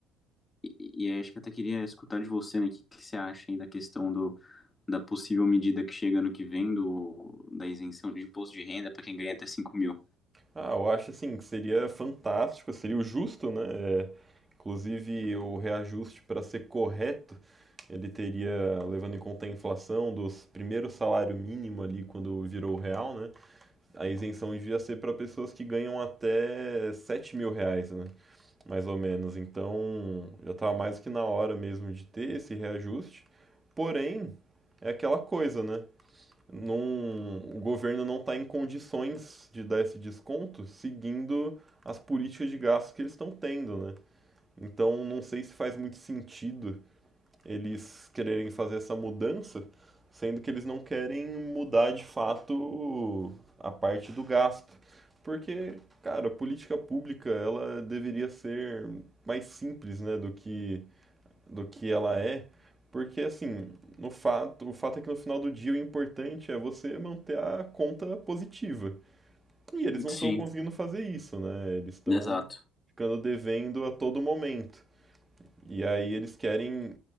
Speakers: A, on the left; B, on the right.
A: e, e aí acho que eu até queria escutar de você, né, o que, que você acha aí da questão do, da possível medida que chega ano que vem do, da isenção de imposto de renda para quem ganha até cinco mil.
B: Ah, eu acho assim que seria fantástico, seria o justo, né? É, inclusive o reajuste para ser correto, ele teria, levando em conta a inflação dos primeiros salário mínimo ali quando virou real, né? A isenção devia ser para pessoas que ganham até 7 mil reais, né? mais ou menos. Então, já estava mais do que na hora mesmo de ter esse reajuste. Porém, é aquela coisa, né? Não, o governo não está em condições de dar esse desconto seguindo as políticas de gastos que eles estão tendo, né? Então, não sei se faz muito sentido eles quererem fazer essa mudança, sendo que eles não querem mudar de fato a parte do gasto. Porque, cara, a política pública ela deveria ser mais simples, né, do que do que ela é, porque assim, no fato, o fato é que no final do dia o importante é você manter a conta positiva. E eles não
A: Sim,
B: estão conseguindo fazer isso, né? Eles estão
A: exato.
B: ficando devendo a todo momento. E aí eles querem